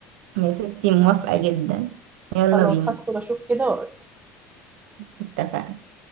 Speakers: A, on the right (about 75°); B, on the right (about 25°).
A: يا ستي موافقه جدا يلا
B: خلاص
A: بينا
B: هدخل اشوف كده واقول
A: اتفقنا